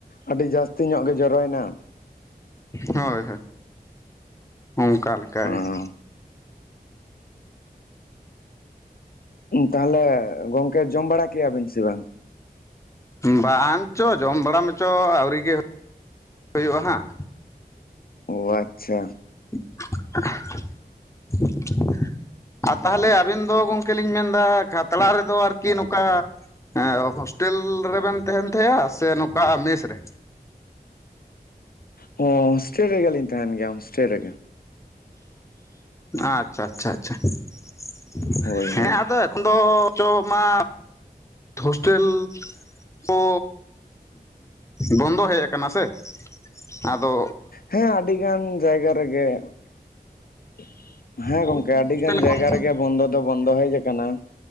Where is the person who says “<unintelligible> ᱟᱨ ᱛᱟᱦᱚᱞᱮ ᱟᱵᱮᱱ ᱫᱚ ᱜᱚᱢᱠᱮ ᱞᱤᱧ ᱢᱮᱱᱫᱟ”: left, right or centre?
Left